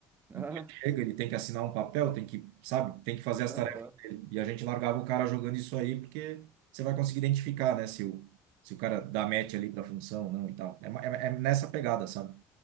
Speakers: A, on the right; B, on the right.
A: <laughs>
B: Então, ele chega, ele tem que assinar um papel, tem que, sabe, tem que fazer as
A: Ah,
B: tarefas
A: aham.
B: dele. E a gente largava o cara jogando isso aí, porque você vai conseguir identificar, né, se o, se o cara dá match ali pra função ou não e tal. É, ma- é, é nessa pegada, sabe?